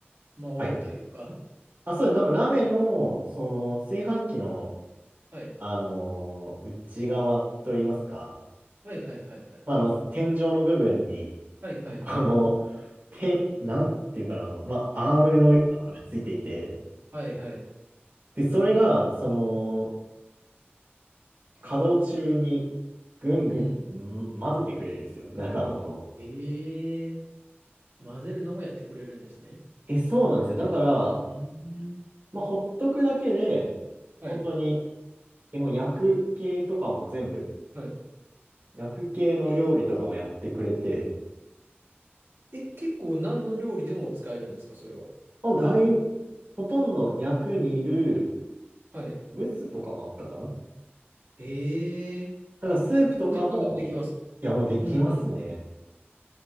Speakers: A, on the right (about 70°); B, on the right (about 50°).
A: 回るというか。
B: はい。あ、そうです。なんか鍋の、その、炊飯器の、
A: はい。
B: あのー内側といいますか、
A: はいはいはいはい。
B: まああの、天井の部分に、
A: はいはいはい。
B: この、て、なんていうかな、まあ、アームのようなものがついていて、
A: お、はいはい。
B: で、それが、その、稼働中にぐんぐん、
A: うん。
B: ん混ぜてくれるんですよ、中のものを。
A: ええー混ぜるのもやってくれるんですね。
B: え、そうなんですよ。だから、
A: うん。
B: まあ、ほっとくだけで、
A: はい。
B: 本当に、え、もう薬系とかも全部、
A: はい。
B: 薬系の料理とかもやってくれて、
A: えー、え、結構何の料理でも使えるんですか、それは。
B: あ、だい、ほとんど薬にいる
A: はい。
B: ムースとかもあったかな。だ
A: ええ
B: からスープとかも、
A: 本当に何でもできますね。
B: いや、もうできますね。
A: うんうん。